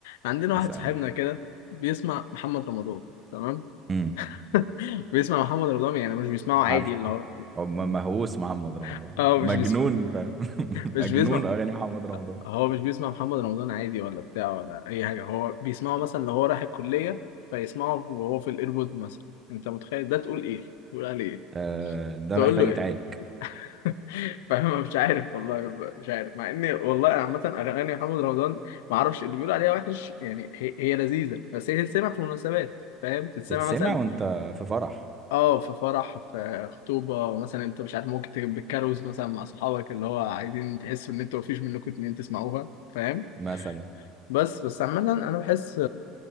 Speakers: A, on the left; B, on the right.
A: عندنا
B: مسألني
A: واحد صاحبنا كده بيسمع محمد رمضان تمام
B: امم
A: <laughs> بيسمع محمد رمضان يعني مش بيسمعه
B: عارفه
A: عادي اللي هو
B: هو م- مهووس محمد رمضان
A: <laughs> اه
B: مجنون
A: مش بيسمع
B: فاهم <laughs> مجنون
A: مش بيسمع
B: اغاني محمد رمضان
A: هو مش بيسمع محمد رمضان عادي ولا بتاع ولا اي حاجه هو بيسمعه مثلا لو هو رايح الكليه فيسمعه وهو في الايربود مثلا انت متخيل ده تقول ايه تقول عليه ايه
B: آه ده
A: تقول
B: محتاج
A: له
B: يتعالج
A: ايه <laughs> فاهم مش عارف والله مش عارف مع اني والله عامه اغاني محمد رمضان ما اعرفش اللي بيقول عليها وحش يعني هي, هي لذيذه بس هي تتسمع في مناسبات فاهم تتسمع
B: تتسمع
A: مثلا
B: وانت في فرح
A: اه في فرح في خطوبه مثلا انت مش عارف ممكن تبقى بالكاروز مثلا مع صحابك اللي هو عايزين تحسوا ان انتوا مفيش منكم اتنين تسمعوها فاهم
B: مثلا
A: بس بس عامة أنا بحس